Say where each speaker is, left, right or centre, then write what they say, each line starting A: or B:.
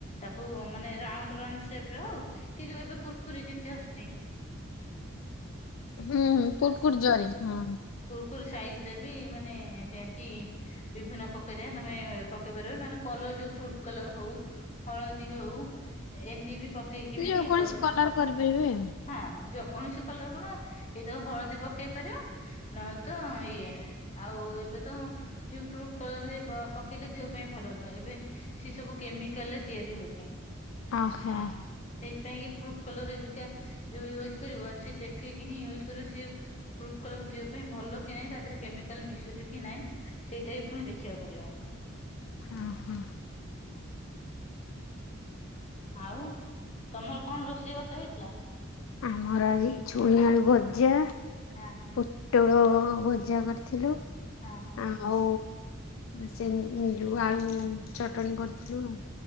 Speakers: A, on the left (about 30°); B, on the left (about 75°).
A: ତାକୁ ମାନେ ରାଉଣ୍ଡୁ ରାଉଣ୍ଡୁ ସେପ୍ ରେ ହଉ କି ଯୋଉ ଏବେ କୁୁରକୁରି ଯେମିତି ଆସୁଚି।
B: ହୁଁ ହୁଁ କୁରିକୁରି ଜରି ହଁ।
A: କୁୁରୁକୁୁରୁ ସାଇଜିରେ ବି ମାନେ ସେଏତି ବିଭିନ୍ନ ପକରିଆ ତମେ ପକେଇ ପାରିବ, ନହେଲେ କଲର ଯୋଉ ଫ୍ରୁଡୁ କଲର ହଉ। ହଳଦୀ ହଉ ଏମିତି ବି ପକେଇକି ବି
B: ଯୋଉ କୌଣସି
A: କଲେ
B: କଲର କରିପାରିବେ।
A: ହଁ ଯୋକୌଣସି କଲର କଣ ଏଇ ଯୋଉ ହଳଦୀ ପକେଇ ପାରିବ। ନହେଲେ ତ ଇଏ ଆଉ ଏବେ ତ ଯଉ ଫ୍ରୁଟ <unintelligible> ପକେଇଲେ ଦେହ ପାଇଁ ଭଲ ନୁହେଁ, ଏବେ ସେସବୁ କେମିକାଲରେ ତିଆରି ହଉଛି
B: ଓହୋ
A: ଆ ସେ ପାଇଁ କି ଫ୍ରୁଟ କଲରେ ଯୋଉ ୟୁଜ୍ କରିବ ସିଏ ଦେଖିକି ହିଁ ୟୁଜ୍ କରିବ ସିଏ ଯୋଉ ଫ୍ରୁଟ କଲର ଦିହ ପାଇଁ ଭଲ କି ନାଇଁ ତା ଦେହରେ କେମିକାଲ ମିଶୁଚି କି ନାଇଁ। ସେଇଟା ବି ପୁଣି ଦେଖିବାକୁ ପଡିବ।
B: ହଁ ହଁ।
A: ଆଉ ତମର କଣ ରୋଷେଇବାସ ହେଇଥିଲା?
B: ଆମର ଆଜି ଛୁଇଁଆଳୁ ଭଜା।
A: <unintelligible>
B: ପୋଟଳ ଭଜା କରିଥିଲୁ।
A: <inaudible>
B: ଆଉ ସେ ଯୋଉ ଆଳୁ ଚଟଣି କରିଥିଲୁ ହଁ।